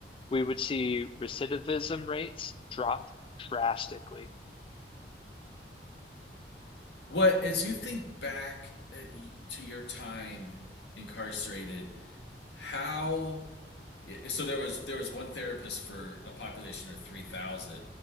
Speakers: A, on the left; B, on the left.
A: we would see recidivism rates drop drastically.
B: What, as you think back uh, to your time incarcerated, how? So there was there was one therapist for a population of three thousand.